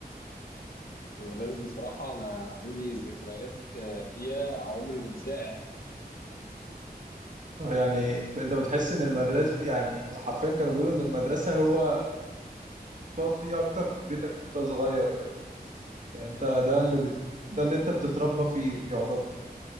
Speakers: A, on the left; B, on the right.
A: المدارس بصراحه انا عندي ذكريات آه، فيها عمري ما انساها يعني
B: اه يعني انت بتحس ان المدرسه يعني حرفيا كانوا بيقولوا ان المدرسه هو تقعد فيه اكتر من بيتك وانت صغير فاهم يعني انت ده اللي بت... ده اللي انت بتتربى فيه يعتبر